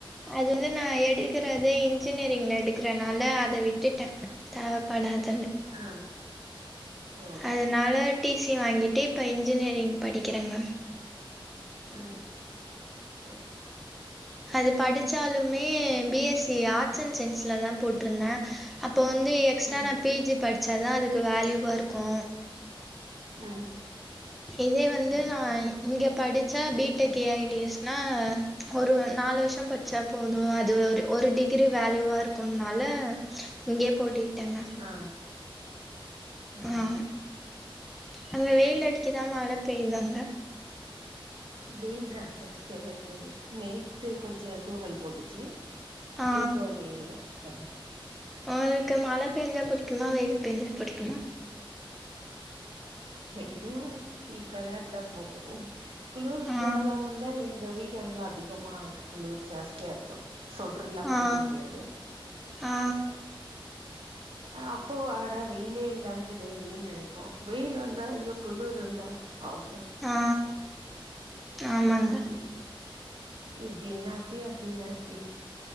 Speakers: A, in the centre; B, on the right (about 75°).
A: அது வந்து நா எடுக்கறதே இன்ஜினியரிங்ல எடுக்கறனால அத விட்டுட்ட தேவ் படாதுன்னு
B: ஆ ஓ
A: அதனால டிசி வாங்கிட்டு இப்ப இன்ஜினியரிங் படிக்கிறங்க
B: அ செரி
A: அது படிச்சாலுமே பிஎஸ்சி ஆர்ட்ஸ் அண்ட் சயின்ஸ்ல தா போட்ருந்த அப் போ வந்து எக்ஸ்ட்ரா
B: ம்
A: நா பிஜி படிச்சாதா அதுக்கு வேல்யூவாருக்கோ
B: ம்
A: இதே வந்து
B: ம்
A: நா இங்க படிச் ச பிடெக் ஏஐடிஎஸ்னா ஒரு நாலு வருஷோ பட்ச்சா போது அது ஒரு ஒரு டிக் கிரி வேல்யூவா இருக்குன்னால இங்கயே போட்டிட்டேங்க
B: ஆ ம்
A: அ அங்க வெயில் அடிக்குதா மழ பெய்தாங்க
B: வெயில் தான் ஜாஸ்தியாவ இருக்குது நேத்து கொஞ்சோ‌ தூறல் போட்டுச்சி
A: ஆ
B: இப்போ வெயிலாருக் கங்க
A: உங்களுக்கு மழ பெஞ்சா புடிக்குமா வெயில் பெஞ்சா புடிக்குமா
B: ரெண்டு ஈக்வலாருந்தா போது குளிர்க்காலோ
A: ஆ
B: வந்தா எங் க வீட்டாண்டுலா அதிகமா குளிர் ஜாஸ்தியாருக்கோ சொட்ரு இல்லாம
A: ஆ
B: இருக்க முடியாது்
A: ஆ
B: அ அப்போ அட வெயிலே இல்லாமக்குதே அப்டின் நெனைப் போ வெயில் வந்தா ஐயோ குளுருந்தா அவ்வே
A: ஆ ஆமாங்க
B: இப்ப இப்டின்னா அப்டி அப்டின்னா இப்டி